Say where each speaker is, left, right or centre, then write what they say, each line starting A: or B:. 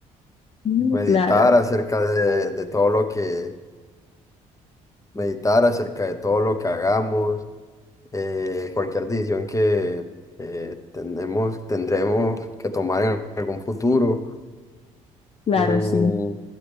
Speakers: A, on the left; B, on the left.
A: Mm,
B: Meditar
A: Claro,
B: acerca de, de todo lo que, meditar acerca de todo lo que hagamos, eh, cualquier decisión que eh, tenemos, tendremos que tomar en algún futuro.
A: claro,
B: Mm,
A: sí.